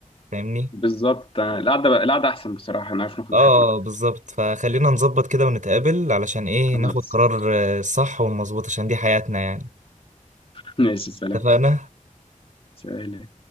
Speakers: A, on the right; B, on the left.
A: فاهمني
B: بالظبط آه، القعده القعده احسن بصراحه انا عارف ناخد
A: اه
B: راحتنا اكتر
A: بالظبط فخلينا نظبط كده ونتقابل علشان ايه
B: خلاص
A: ناخد قرار آه، صح ومظبوط عشان دي حياتنا يعني
B: <laughs> ماشي سلام
A: اتفقنا
B: سلام